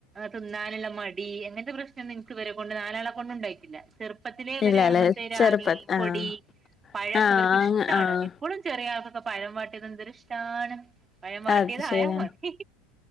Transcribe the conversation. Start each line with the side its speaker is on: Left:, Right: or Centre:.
Right: തിന്നാനുള്ള മടി അങ്ങനത്തെ പ്രശ്നം ഇൻക്ക് വരെ കൊണ്ട് നാലാളെ കൊണ്ട് ഉണ്ടായിട്ടില്ല ചെറുപ്പത്തിലെ അവര്
Left: ഇല്ലല്ലേ
Right: അങ്ങനത്തെ രാഗി
Left: ചെറുപ്പ
Right: പൊടി
Left: ആഹ്
Right: പഴമൊക്കെ
Left: ആഹ്
Right: അവർക്ക് ഇഷ്ട്ടാണ്
Left: ആഹ്
Right: ഇപ്പഴും ചെറിയ ആൾക്കൊക്കെ പഴം വാട്ടിയത് എന്തെരു ഇഷ്ട്ടാണ് പഴ മാട്ടിയത്യ
Left: അത് ശരിയാണ്
Right: ആയ മതി